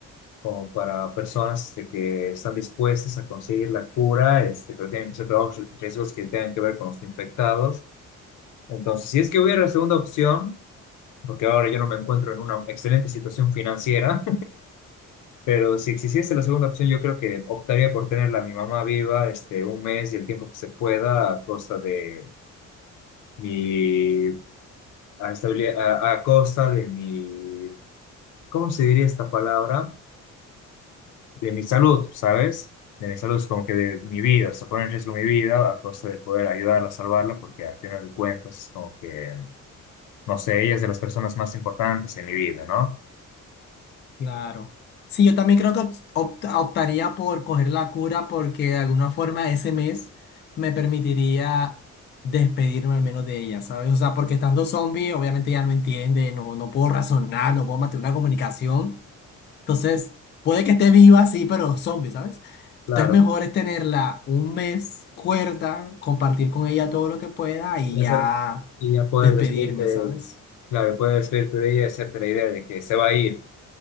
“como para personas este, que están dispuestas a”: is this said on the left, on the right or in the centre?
Left